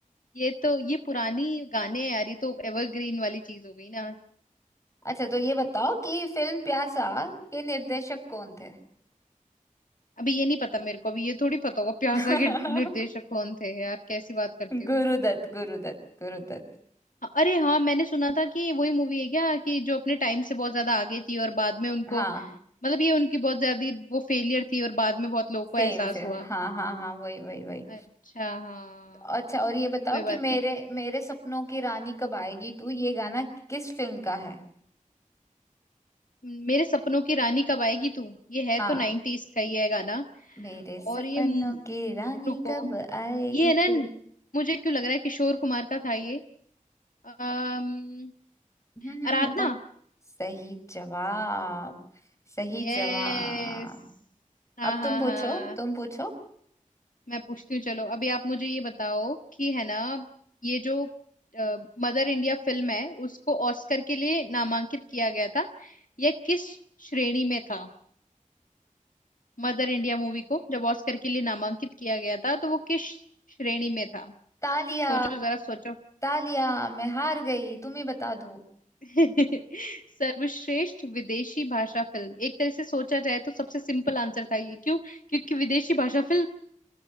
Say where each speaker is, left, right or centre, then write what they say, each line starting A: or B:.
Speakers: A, on the left (about 75°); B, on the left (about 20°).
A: ये तो ये पुरानी गाने हैं यार ये तो एवरग्रीन वाली चीज हो गई ना
B: अच्छा तो ये बताओ कि फिल्म प्यासा के निर्देशक कौन थे
A: अभी ये नहीं पता मेरे को अभी ये थोड़ी पता होगा प्यासा
B: <laughs>
A: के निर्देशक कौन थे यार कैसी बात करती हो
B: गुरुदत्त गुरुदत्त गुरुदत्त
A: अरे हाँ मैंने सुना था कि वही मूवी है क्या कि जो अपने टाइम से बहुत ज्यादा आगे थी और बाद में उनको
B: हाँ
A: मतलब ये उनकी बहुत ज्यादा वो फेलियर थी और बाद में बहुत लोगों को
B: सेम
A: एहसास
B: सेम
A: हुआ
B: हाँ हाँ हाँ वही वही वही
A: अच्छा हाँ
B: अच्छा और ये बताओ
A: कोई बात
B: कि मेरे
A: नहीं
B: मेरे सपनों की रानी कब आएगी तू ये गाना किस फिल्म का है
A: मेरे सपनों की रानी कब आएगी तू ये है
B: हाँ
A: तो नाइनटीज का ही है गाना
B: मेरे सपनों
A: और ये मु-
B: की रानी
A: रुको
B: कब आएगी
A: ये है ना
B: तू
A: मुझे क्यों लग रहा है किशोर कुमार का था ये अम,
B: हम्म हम्म,
A: आराधना
B: बता सही जवाब सही
A: यस
B: जवाब
A: हाँ
B: अब
A: हाँ
B: तुम पूछो
A: हाँ
B: तुम पूछो
A: मैं पूछती हूँ चलो अभी आप मुझे ये बताओ कि है ना ये जो मदर इंडिया फिल्म है उसको ऑस्कर के लिए नामांकित किया गया था यह किस श्रेणी में था मदर इंडिया मूवी को जब ऑस्कर के लिए नामांकित किया गया था तो वो किस श्रेणी में था
B: तालिया
A: सोचो जरा सोचो
B: तालिया मैं हार गई तुम ही बता दो
A: <laughs> सर्वश्रेष्ठ विदेशी भाषा फिल्म एक तरह से सोचा जाए तो सबसे सिंपल आंसर था ये क्यों क्योंकि विदेशी भाषा फिल्म